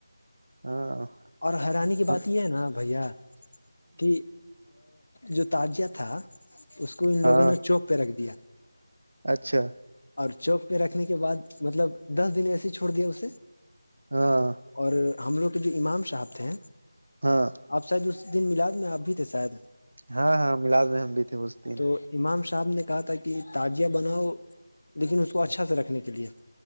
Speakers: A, on the right (about 55°); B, on the left (about 55°).
A: ہاں
B: اور حیرانی کی
A: ہ
B: بات یہ ہے نا بھیا کہ جو تجیہ تھا اس کو ان
A: ہاں
B: لوگوں نے چوک پہ رکھ دیا
A: اچھا
B: اور چوک پہ رکھنے کے بعد مطلب دس دن ایسے ہی چھوڑ دیا اسے
A: ہاں
B: اور ہم لوگ کے جو امام صاحب تھے
A: ہاں
B: آپ شاید اسس دن ملاد میں اپ بھی تھے شاید
A: ہاں ہاں ملاد محم بھی تھے اس دن
B: تو امام صاحب نے کہا تھا کہ تعجیہ بناؤ لیکن اس کو اچھا سے رکھنے کے لیے